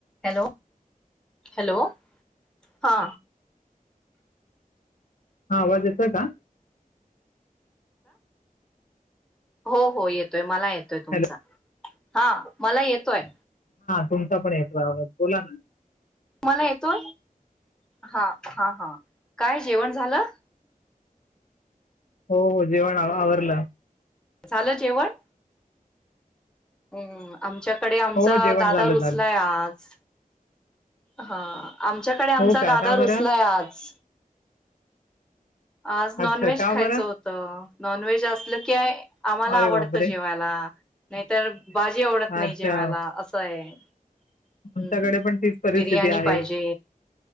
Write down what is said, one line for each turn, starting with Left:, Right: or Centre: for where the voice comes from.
Centre: Hello hello हा.
Left: हा आवाज येतोय का?
Centre: हो हो येतोय मला येतोय तुमचा
Left: हॅलो
Centre: हा. मला येतोय.
Left: कोणता पण येतो आवज बोला ना.
Centre: ला येतो ह ह ह काय जेवण झालं.
Left: हो हो जेवण आवरलं.
Centre: झालं जेवण. हम्म आमच्याकडे आमचा
Left: हो जेवण
Centre: दादा
Left: झालं
Centre: रुचलाय
Left: झालं
Centre: आज. हा आमच्याकडे आमचा
Left: हो का
Centre: दादा
Left: का
Centre: रुसलाय
Left: बरं
Centre: आज. आज नॉनव्हेज
Left: अच्छा का
Centre: खायचं
Left: बरं
Centre: होतं नॉनव्हेज असलं की आम्हाला
Left: अरे
Centre: आवडतं
Left: बापरे
Centre: जेवायला. नाही तरर भाजी आवडत नाही
Left: अच्छा
Centre: जेवायला असं आहे.
Left: आमच्याकडे
Centre: हम्म
Left: पण तीच परिस्थिती
Centre: बिर्याणी
Left: आहे
Centre: पाहिजे.